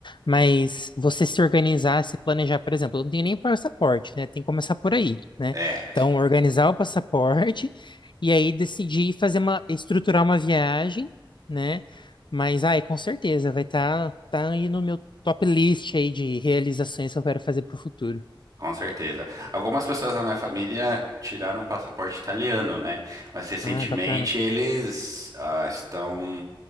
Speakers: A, on the left (about 65°); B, on the right (about 45°).
A: mas você se organizar, se planejar, por exemplo, eu não tenho nem passaporte, né? Tem que começar por aí, né?
B: É.
A: Então, organizar o passaporte e aí decidir fazer uma, estruturar uma viagem, né? Mas, ai, com certeza, vai estar tá, tá aí no meu top list aí de realizações que eu quero fazer para o futuro.
B: Com certeza. Algumas pessoas da minha família tiraram o passaporte italiano, né? Mas recentemente
A: Ai, bacana.
B: eles ah, estão